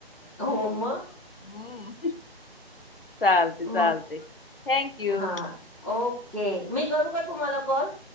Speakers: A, in the centre; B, on the left.
A: हो मग
B: हम्म. चालतय चालतय,
A: मग
B: थँंक यू.
A: हा ओके, मी करू का तुम्हाला कॉल?